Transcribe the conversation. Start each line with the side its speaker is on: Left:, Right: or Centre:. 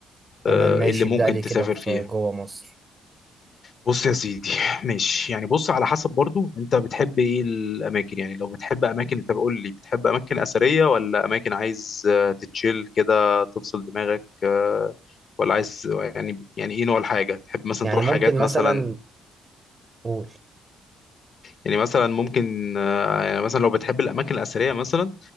Right: تمام
Left: آه،
Right: ماشي
Left: إيه اللي ممكن
Right: ابدا لي
Left: تسافر
Right: كده في
Left: فيها
Right: جوه مصر
Left: بص يا سيدي ماشي يعني بص على حسب برضو انت بتحب ايه الاماكن يعني لو بتحب اماكن انت بقول لي بتحب اماكن اثريه ولا اماكن عايز آه، تتشيل كده تفصل دماغك آه، ولا عايز يعني يعني ايه نوع الحاجه تحب مثلا
Right: يعني
Left: تروح
Right: ممكن
Left: حاجات
Right: مثلا
Left: مثلا
Right: قول
Left: يعني مثلا ممكن آه، يعني مثلا لو بتحب الاماكن الاثريه مثلا